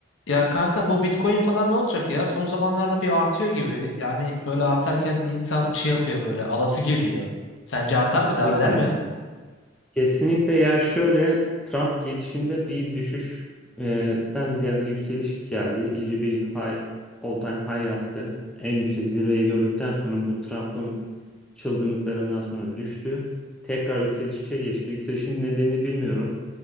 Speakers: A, on the left; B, in the centre.
A: Ya kanka bu Bitcoin falan ne olacak ya? Son zamanlarda bir artıyor gibi. Yani böyle artarken insan şey yapıyor böyle alası geliyor. Sence artar
B: Kesinlikle.
A: mı? Devam eder mi?
B: Kesinlikle ya şöyle Trump gelişinde bir düşüşten ziyade yükseliş geldi. İyice bir high, all time high yaptı. En yüksek zirveyi gördükten sonra bu Trump'ın çılgınlıklarından sonra düştü. Tekrar yükselişe geçti. Yükselişin nedenini bilmiyorum.